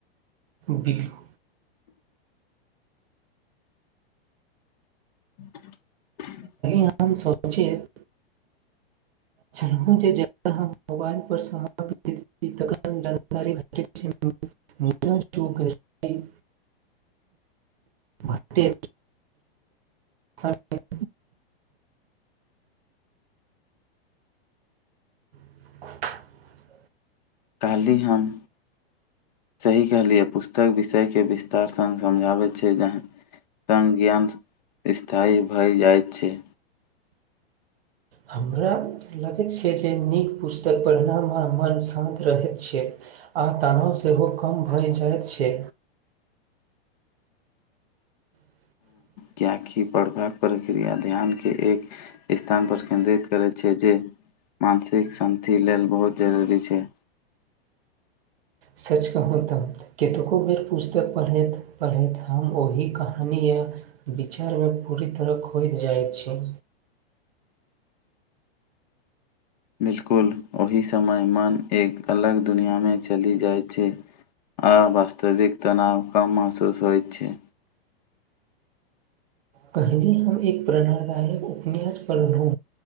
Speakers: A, on the right (about 75°); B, on the left (about 45°).
A: बीहू
B: <inaudible>
A: नाम सोचेत चलहुं जे जखन हम मोबाइल पर समाप्ति तखन जानकारी भेटैत छै मूल जो करी भट्टे सटे <inaudible>
B: कयली हम सही कहलियै पुस्तक विषयके विस्तार सङ्ग समझाबैत छै जहां संज्ञान स्थायी भए जाइत छै
A: हमरा लगैत छै जे नीक पुस्तक पढ़नामे मन शान्त रहैत छै आ तनाव सेहो कम भए जाइत छै <inaudible>
B: कएाकि पढ़बाक प्रक्रिया ध्यान के एक स्थान पर केन्द्रित करै छै जे मानसिक शान्ति लेल बहुत जरूरी छै
A: सच कहू तऽ कतको बेर पुस्तक पढ़ैत पढ़ैत हम ओहि कहानी य विचारमे पूरी तरह खोय जाइत छै
B: बिल्कुल ओहि समय मन एक अलग दुनियाँमे चलि जाइत छै आ वास्तविक तनाव कम महसूस होइ छै
A: कहली हम एक प्रेरणदायक उपन्यास पढहू